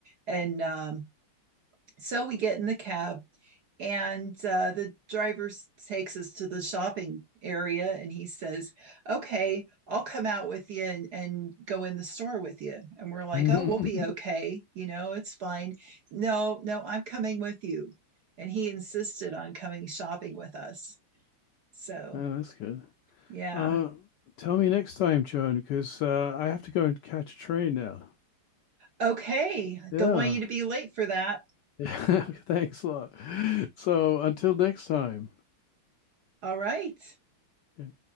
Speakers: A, on the right; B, on the left.
A: and um, so we get in the cab and uh, the driver takes us to the shopping area and he says, Okay, I'll come out with you and, and go in the store with you. And we're like,
B: <laughs>
A: Oh, we'll be okay. You know, it's fine. No, no, I'm coming with you. And he insisted on coming shopping with us. So,
B: Oh, that's good.
A: yeah.
B: Uh, tell me next time, Joan, because uh, I have to go and catch a train now.
A: Okay.
B: Yeah.
A: Don't want you to
B: <laughs>
A: be late for that.
B: Yeah. Thanks a lot. So until next time.
A: <laughs> All right.
B: Yeah.